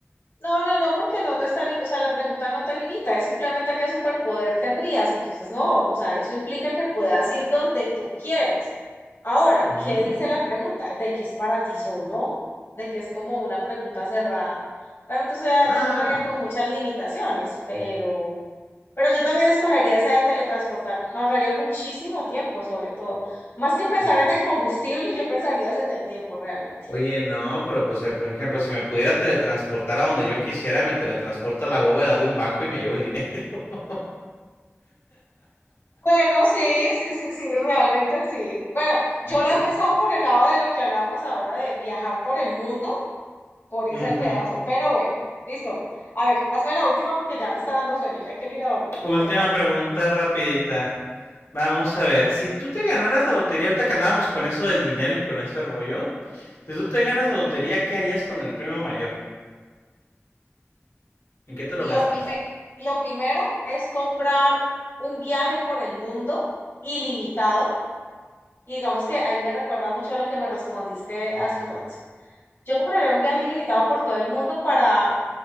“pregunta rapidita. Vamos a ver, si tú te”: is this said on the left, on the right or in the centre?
Left